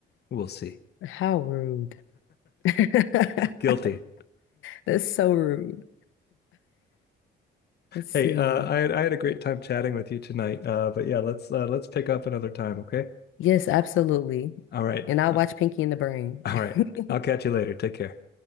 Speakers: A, on the left; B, on the left.
A: We'll see.
B: How rude. <laughs>
A: <laughs> Guilty.
B: That's so rude. Let's see.
A: Hey, uh, I had, I had a great time chatting with you tonight. Uh, but yeah, let's uh, let's pick up another time, okay?
B: Yes, absolutely.
A: All right.
B: And I
A: Uh,
B: watch Pinky and the Brain.
A: all
B: <laughs>
A: right. I'll catch you later. Take care.